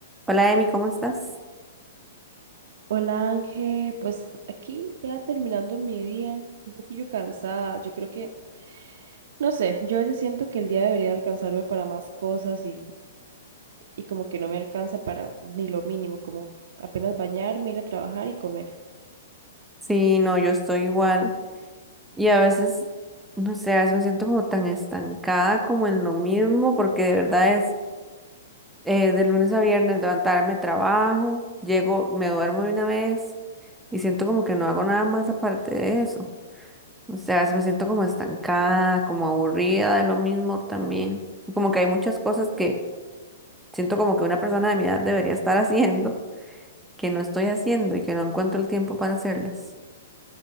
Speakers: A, in the centre; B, on the right.
A: Hola, Emi, ¿cómo estás?
B: Hola Ángel, pues aquí ya terminando mi día, un poquillo cansada. Yo creo que, no sé, yo a veces siento que el día debería alcanzarme para más cosas y, y como que no me alcanza para ni lo mínimo, como apenas bañarme, ir a trabajar y comer.
A: Sí, no, yo estoy igual. Y a veces, no sé, a veces me siento como tan estancada como en lo mismo, porque de verdad es eh, de lunes a viernes levantarme trabajo, llego, me duermo de una vez y siento como que no hago nada más aparte de eso. O sea, a veces me siento como estancada, como aburrida de lo mismo también. Y como que hay muchas cosas que siento como que una persona de mi edad debería estar <laughs> haciendo, que no estoy haciendo y que no encuentro el tiempo para hacerlas.